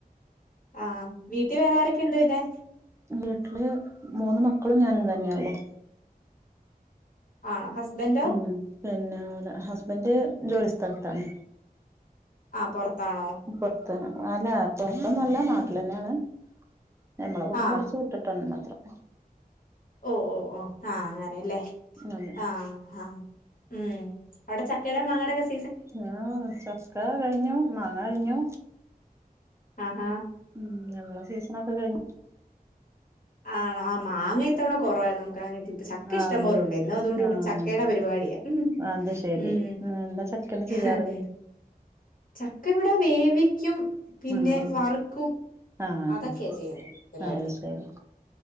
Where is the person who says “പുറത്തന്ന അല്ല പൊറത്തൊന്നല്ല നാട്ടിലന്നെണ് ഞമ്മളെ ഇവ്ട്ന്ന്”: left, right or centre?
Right